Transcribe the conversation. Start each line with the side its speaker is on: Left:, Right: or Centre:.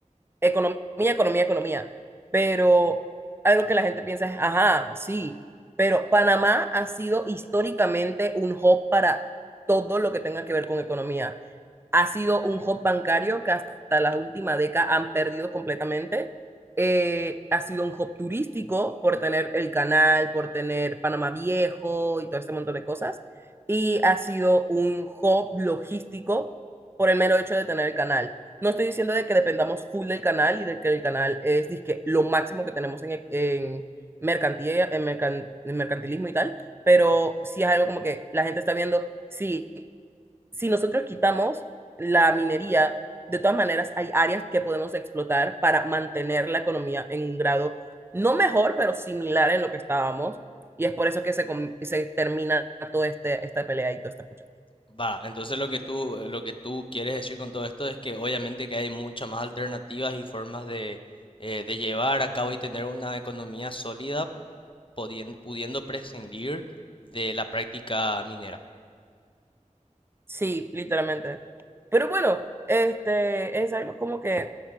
Right: economía, economía, economía, pero algo que la gente piensa es, ajá, sí, pero Panamá ha sido históricamente un hub para todo lo que tenga que ver con economía ha sido un hub bancario que hasta la última década han perdido completamente. Eh, ha sido un hub turístico por tener el canal, por tener Panamá Viejo y todo este montón de cosas. Y ha sido un hub logístico por el mero hecho de tener el canal. No estoy diciendo de que dependamos full del canal y de que el canal es dizque, lo máximo que tenemos en, en, mercantil, en, mercan, en mercantilismo y tal, pero sí es algo como que la gente está viendo, sí, si nosotros quitamos la minería, de todas maneras hay áreas que podemos explotar para mantener la economía en un grado no mejor, pero similar en lo que estábamos. Y es por eso que se, com- se termina toda este, esta pelea y toda esta cosa.
Left: Va, entonces lo que tú, lo que tú quieres decir con todo esto es que obviamente que hay muchas más alternativas y formas de, eh, de llevar a cabo y tener una economía sólida podien- pudiendo prescindir de la práctica minera.
Right: Sí, literalmente. Pero bueno, este es algo como que